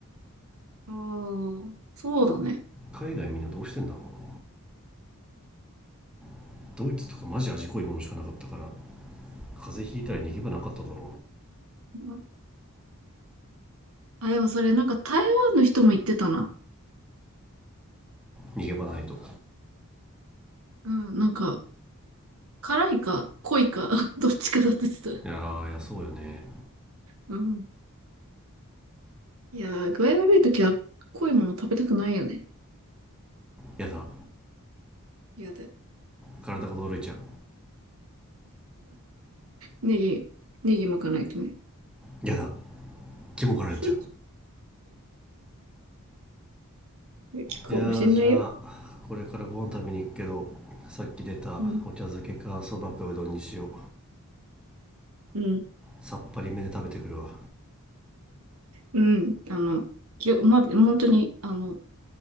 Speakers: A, on the right; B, in the centre.
A: ああ、そうだね。
B: 海外みんなどうしてんだろうなドイツとかマジ味濃いものしかなかったから風邪ひいたら逃げ場なかっただろう
A: うんあ、でもそれなんか台湾の人も言ってたな。
B: な逃げ場ないと
A: うん、なんか、辛いか濃いか <laughs> どっちかだって言ってた。
B: いやーいやそうよね
A: うん。いやー、具合悪い時は濃いもの食べたくないよね。
B: やだ
A: 嫌だ。<laughs>
B: 体が驚いちゃう
A: ネギ、ネギ巻かないとね。
B: やだ気もがられちゃう
A: <laughs> いや効くかもしれないよ。
B: いやーじゃあこれからご飯食べに行くけどさっき出たお茶漬けかそばかうどんにしよう
A: うん。うん。
B: さっぱりめで食べてくるわ
A: うん。あの、きおま、本当に、あの、